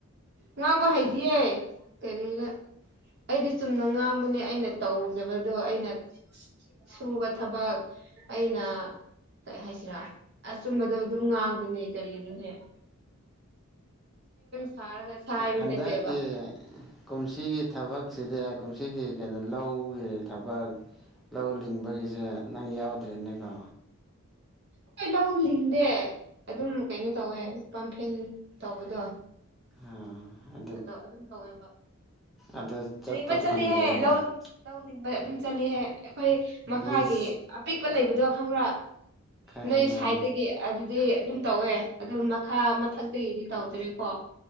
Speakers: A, on the right; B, in the centre.
A: ꯉꯥꯡꯕ ꯍꯩꯗꯤꯌꯦ ꯀꯔꯤꯔ ꯑꯩꯗꯤ ꯆꯨꯝꯅ ꯉꯥꯡꯕꯅꯦ ꯑꯩꯅ ꯇꯧꯖꯕꯗꯣ ꯑꯩꯅ ꯁꯨꯕ ꯊꯕꯛ ꯑꯩꯅ ꯀꯩ ꯍꯥꯏꯁꯤꯔꯥ ꯑꯁ ꯆꯨꯝꯕꯗꯣ ꯑꯗꯨꯝ ꯉꯥꯡꯕꯅꯦ ꯀꯔꯤꯅꯣꯍꯦꯛ ꯁꯥꯔꯒ ꯁꯥꯏꯕ
B: ꯍꯟꯗ
A: ꯅꯠꯇꯦꯕ
B: ꯀꯤ ꯀꯨꯝꯁꯤꯒꯤ ꯊꯕꯛꯁꯤꯗꯤ ꯀꯨꯝꯁꯤꯒꯤ ꯀꯩꯅꯣ ꯂꯧꯒꯤ ꯊꯕꯛ ꯂꯧ ꯂꯤꯡꯕꯒꯤꯁꯦ ꯅꯪ ꯌꯥꯎꯗ꯭ꯔꯦꯅꯦꯀꯣ
A: ꯍꯣꯏ ꯂꯧ ꯂꯤꯡꯗꯦ ꯑꯗꯨꯝ ꯀꯩꯅꯣ ꯇꯧꯋꯦ ꯄꯝꯐꯦꯟ ꯇꯧꯕꯗꯣ
B: ꯑ
A: ꯑꯣ ꯑꯗꯨꯝ ꯇꯧꯋꯦꯕ
B: ꯑꯗꯨ ꯆꯠꯄ
A: ꯅꯤꯡꯕ ꯆꯠꯂꯤꯍꯦ
B: ꯐꯪꯗ꯭ꯔꯦꯅꯦ
A: ꯂꯧ ꯂꯧꯅꯤꯡꯕ ꯑꯗꯨꯝ ꯆꯠꯂꯤꯍꯦ ꯑꯩꯈꯣꯏ ꯃꯈꯥꯒꯤ
B: ꯃꯤꯁ
A: ꯑꯄꯤꯛꯄ ꯂꯩꯕꯗꯣ ꯈꯪꯕ꯭ꯔꯥ
B: ꯈꯪꯉꯦ
A: ꯅꯣꯏ
B: ꯈꯪꯉꯦ
A: ꯁꯥꯏꯇꯗꯤ ꯑꯗꯨꯗꯤ ꯑꯗꯨꯝ ꯇꯧꯋꯦ ꯑꯗꯨ ꯃꯈꯥ ꯃꯊꯛꯇꯒꯤꯗꯤ ꯇꯧꯗ꯭ꯔꯦꯀꯣ